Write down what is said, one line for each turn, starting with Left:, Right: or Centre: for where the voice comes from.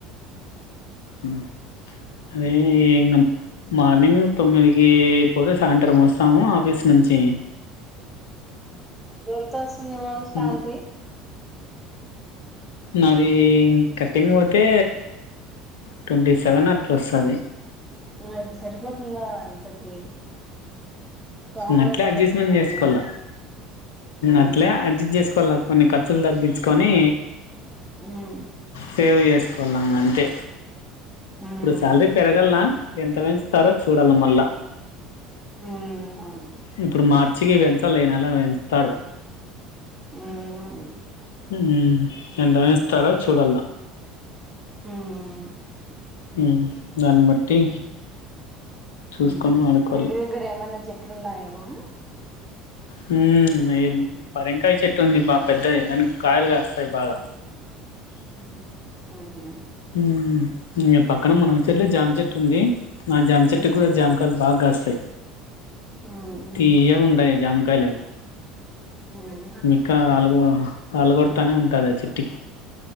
Left: ఆ అదే ఇంకా మార్నింగ్ తొమ్మిది పోతే సాయంత్రం వస్తాము ఆఫీస్ నుంచి
Centre: ఎంత వస్తుంది రోజు శాలరీ
Left: ఉమ్ నాది కట్టింగ్ పోతే ట్వంటీ సెవెన్ అట్లా ఒస్తది
Centre: అది సరిపోతుందా ఇంతకి టౌన్
Left: నట్లే
Centre: లో కదా
Left: అడ్జస్ట్మెంట్
Centre: ఉండేది
Left: చేసుకోవాల
Centre: ఆ
Left: అట్లే అడ్జస్ట్ చేస్ కోవాల కొన్ని ఖర్చులు తగ్గించుకొని
Centre: ఉమ్
Left: సేవ్ చేసుకోవాల ఇంగ అంతే
Centre: ఉమ్
Left: ఇప్పుడు శాలరీ పెరగలా ఎంత పెంచుతారో చూడాల మళ్ళా
Centre: హ్మ్మ్ అవును
Left: ఇప్పుడు మార్చికి పెంచాల ఈ నెల పెంచుతారు
Centre: హ్మ్మ్
Left: హ్మ్మ్ ఎంత పెంచుతారో చూడాలా
Centre: హ్మ్మ్ ఆ
Left: హ్మ్మ్ దాన్ని బట్టి చూసుకొని
Centre: హ్మ్మ్
Left: వాడుకోవాల
Centre: ఇంటి దగ్గర ఏమన్నా చెట్లు ఉన్నాయా మా
Left: హ్మ్మ్ పరంకాయ చెట్టు ఉంది బా పెద్దది దానికి కాయలు కాస్తాయి బాగా
Centre: ఆహా అవునా
Left: హ్మ్మ్ ఇంగ పక్కన మునగు చెట్లు జామ చెట్టు ఉంది ఆ జామచెట్టు
Centre: ఉమ్
Left: కి కూడా జామకాయలు బాగా కాస్తాయి
Centre: ఉమ్
Left: తియ్యగుంటాయి జామకాయలవి
Centre: ఉమ్
Left: ఇంకా రాలుగ రాలు కొడతానే ఉంటదా చెట్టుకి